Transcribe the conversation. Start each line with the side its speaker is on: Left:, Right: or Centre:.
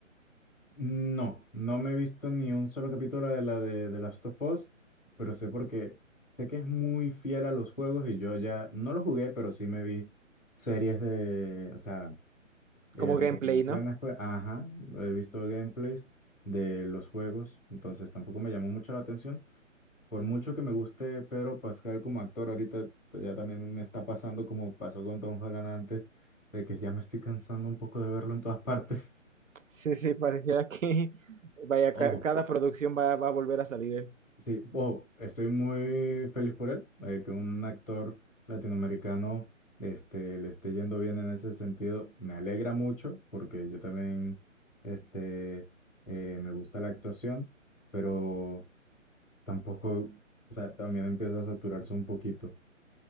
Centre: No, no me he visto ni un solo capítulo de la de, de Last of Us, pero sé porque sé que es muy fiel a los juegos y yo ya no lo jugué, pero sí me vi series de, o sea, eh,
Right: como
Centre: recopilaciones,
Right: gameplay, ¿no?
Centre: pues, ajá, he visto gameplays de los juegos, entonces tampoco me llamó mucho la atención. Por mucho que me guste Pedro Pascal como actor, ahorita ya también me está pasando como pasó con Tom Holland antes, de que ya me estoy cansando un poco de verlo en todas <laughs> partes.
Right: Sí, sí, pareciera que <laughs> vaya,
Centre: Ojo,
Right: ca- cada producción va, va a volver a salir.
Centre: Sí, ojo, estoy muy feliz por él, eh, que un actor latinoamericano este, le esté yendo bien en ese sentido. Me alegra mucho porque yo también este, eh, me gusta la actuación, pero tampoco, o sea, también empieza a saturarse un poquito.